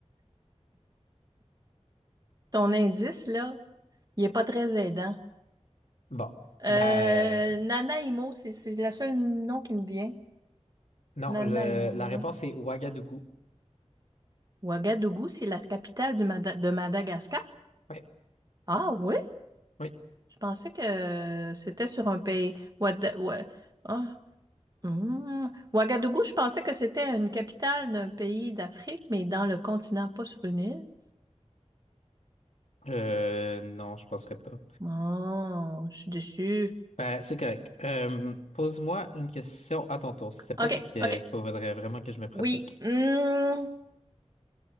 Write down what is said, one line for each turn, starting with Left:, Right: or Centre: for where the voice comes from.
Right: Ton indice, là, il est pas très aidant.
Left: Bon.
Right: Euh,
Left: Ben
Right: Nanaimo, c'est c'est le seul nom qui me vient.
Left: non,
Right: Nanaimo,
Left: le, la
Right: non.
Left: réponse est Ouagadougou.
Right: Ouagadougou, c'est la capitale de, Mada- de Madagascar?
Left: Oui,
Right: Ah oui?
Left: oui,
Right: Je pensais que euh, c'était sur un pays. Ouada- Oua- Ah, hmm. Ouagadougou, je pensais que c'était une capitale d'un pays d'Afrique, mais dans le continent, pas sur une île.
Left: Euh, non, je penserais pas.
Right: Oh, je suis déçue.
Left: Ben, c'est correct. Euh, pose-moi une question à ton tour, s'il te plaît,
Right: OK,
Left: parce qu'il
Right: OK.
Left: faudrait vraiment que je me pratique.
Right: Oui. Hmm.